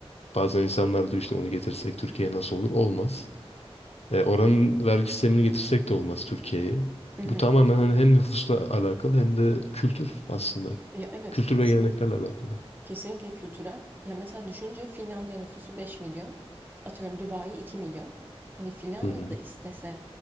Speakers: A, on the left; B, on the right.
A: Bazen insanlar diyor işte onu getirsek Türkiye'ye nasıl olur? Olmaz. E, oranın vergi sistemini getirsek de olmaz Türkiye'ye.
B: hı hı.
A: Bu tamamen hani hem nüfusla alakalı hem de kültür aslında.
B: Ya evet
A: Kültür
B: kesinlikle.
A: ve geleneklerle alakalı.
B: Kesinlikle kültürel. Ya mesela düşünce Finlandiya nüfusu 5 milyon. Atıyorum Dubai 2 milyon. Hani Finlandiya'da
A: Hı hı.
B: istese